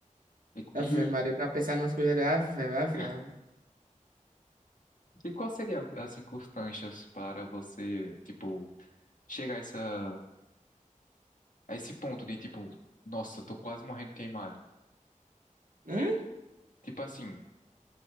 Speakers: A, on the left; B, on the right.
A: E,
B: Ave
A: e,
B: Maria, eu tava pensando em umas coisas. ali, Ave, ave,
A: <laughs>
B: ave.
A: e qual seria, as circunstâncias para você, tipo... chega a, essa, a esse ponto de tipo, nossa, eu tô quase morrendo queimado.
B: Hum?
A: Tipo assim,